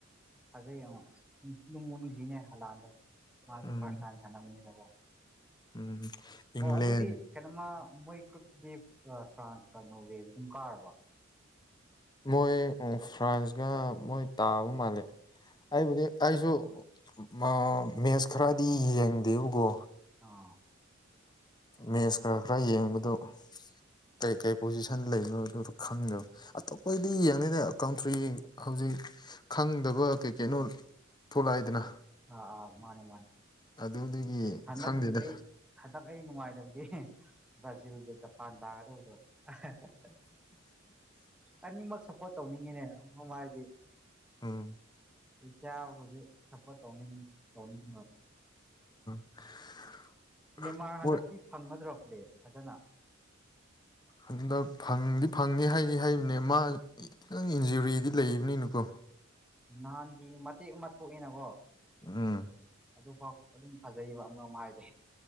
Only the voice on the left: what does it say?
ꯎꯝ
ꯎꯝ ꯏꯪꯂꯦꯟ
ꯃꯣꯏ ꯐ꯭ꯔꯥꯟꯁꯀ ꯃꯣꯏ ꯇꯥꯕ ꯃꯥꯂꯦ ꯑꯩꯕꯨꯗꯤ ꯑꯩꯁꯨ ꯃꯥ ꯃꯦꯁ ꯈꯔꯗꯤ ꯌꯦꯡꯗꯦꯕꯀꯣ
ꯃꯦꯁ ꯈꯔ ꯈꯔ ꯌꯦꯡꯕꯗꯨ ꯀꯩ ꯀꯩ ꯄꯣꯖꯤꯁꯟ ꯂꯩꯅꯣ ꯑꯗꯨ ꯗꯨ ꯈꯪꯗꯕ ꯑ ꯑꯈꯣꯏꯗꯤ ꯌꯦꯡꯅꯤꯗ ꯀꯥꯎꯟꯇ꯭ꯔꯤ ꯍꯧꯖꯤꯛ ꯈꯪꯗꯕ ꯀꯩ ꯀꯩꯅꯣ ꯊꯣꯛꯂꯛꯏꯗꯅ
ꯑꯗꯨꯗꯒꯤ
ꯈꯪꯗꯦꯗ
ꯎꯝ
<unintelligible>
ꯍꯣꯏ
ꯍꯟꯗꯛ ꯐꯪꯗꯤ ꯐꯪꯅꯤ ꯍꯥꯏꯅꯤ ꯍꯥꯏ ꯅꯦ ꯃꯥ ꯈꯤꯇꯪ ꯏꯟꯖꯨꯔꯤꯗꯤ ꯂꯩꯕꯅꯤꯅꯨꯀꯣ
ꯎꯝ